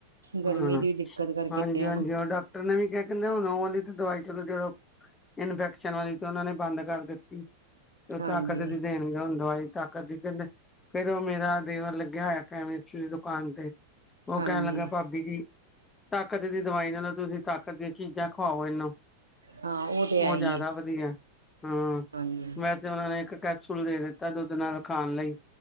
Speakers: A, on the right (about 75°); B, on the left (about 15°).
A: ਗਰਮੀ
B: ਹਾਂ,
A: ਦੀ ਵੀ ਦਿੱਕਤ ਕਰਕੇ
B: ਹਾਂਜੀ-
A: ਆ
B: ਹਾਂਜੀ
A: ਨਾ
B: ਉਹ ਡਾਕਟਰ ਨੇ ਵੀ ਕਿਹਾ ਕਹਿੰਦੇ ਓਹ ਨਹੂੰ ਵਾਲੀ ਤੇ ਦਵਾਈ ਚਲੋ ਜੜੋ ਇਨਫੈਕਸ਼ਨ ਵਾਲੀ ਤੇ ਉਹਨਾਂ ਨੇ ਬੰਦ ਕਰ ਦਿੱਤੀ। ਉਹ
A: ਹਾਂਜੀ।
B: ਤਾਕਤ ਦੀ ਦੇਣਗੇ ਹੁਣ ਦਵਾਈ ਤਾਕਤ ਦੀ ਫੇਰ ਉਹ ਮੇਰਾ ਦੇਵਰ ਲਗਿਆ। ਗਿਆ ਹੋਇਆ ਕੈਮਿਸਟ ਦੀ ਦੁਕਾਨ ਤੇ ਉਹ
A: ਹਾਂਜੀ
B: ਕਹਿਣ ਲੱਗਾ ਬੀਜੀ ਤਾਕਤ ਦੀ ਦਵਾਈ ਨਾਲੋਂ ਤੁਸੀਂ ਤਾਕਤ ਦੀਆਂ ਚੀਜ਼ਾਂ ਖੁਆਓ ਇਹਨੂੰ
A: ਹਾਂ ਤੇ
B: ਉਹ
A: ਹੈ ਹੀ
B: ਜਿਆਦਾ
A: ਏ
B: ਵਧੀਆ। ਹਮ,
A: ਹਾਂਜੀ
B: ਵੈਸੇ ਉਹਨਾਂ ਨੇ ਇੱਕ ਕੈਪਸੂਲ ਦੇ ਦਿੱਤਾ ਦੁੱਧ ਨਾਲ ਖਾਣ ਲਈ